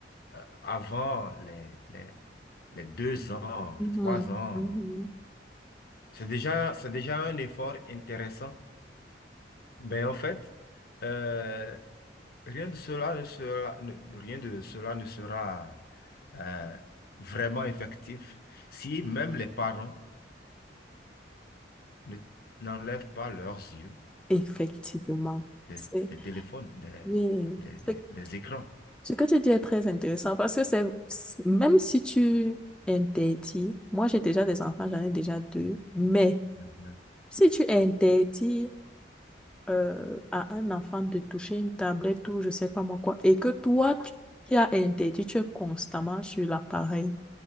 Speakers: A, on the left; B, in the centre.
A: euh, avant les, les, les deux ans,
B: Mhm,
A: les trois ans.
B: mhm.
A: C'est déjà, c'est déjà un effort intéressant. Mais en fait, euh, rien de cela ne sera, ne- rien de cela ne sera euh, vraiment effectif si même les parents ne, n'enlèvent pas leurs yeux
B: Effectivement.
A: des,
B: C'est
A: des téléphones, des,
B: oui.
A: des, des-
B: c'est.
A: des écrans.
B: Ce que tu dis est très intéressant parce que c'est, même si tu interdis, moi j'ai déjà des enfants, j'en ai déjà deux, mais
A: Mhm.
B: si tu interdis euh, à un enfant de toucher une tablette ou je sais pas moi quoi, et que toi tu, qui as interdit, tu es constamment sur l'appareil,